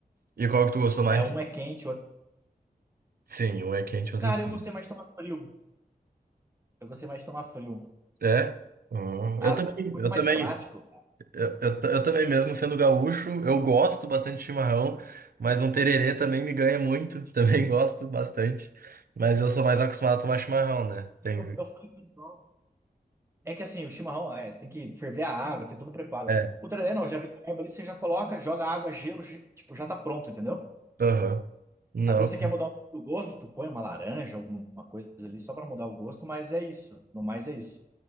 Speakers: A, on the right (about 70°); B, on the right (about 15°).
A: E qual que tu gostou mais?
B: É, um é quente, o outro.
A: Sim, um é quente, outro
B: Cara,
A: é frio.
B: eu gostei mais de tomar frio. Eu gostei mais de tomar frio.
A: É? Hum,
B: Ah,
A: eu também,
B: fica muito
A: eu
B: mais
A: também,
B: prático.
A: eu, eu, ta- eu também mesmo sendo gaúcho, eu gosto bastante de chimarrão, mas um tererê também me ganha muito, <laughs> também gosto bastante. Mas eu sou mais acostumado a tomar chimarrão, né? Tem.
B: Eu, eu falei pro pessoal, É que assim, o chimarrão, é, você tem que ferver a água, tem todo o preparo.
A: é,
B: O tererê não, já vem a erva ali, você já coloca, joga água, gelo, gi- tipo, já tá pronto, entendeu?
A: Aham. Não,
B: Às vezes você quer mudar um pouco do gosto, tu põe uma laranja, alguma coisa ali, só pra mudar o gosto, mas é isso. No mais é isso.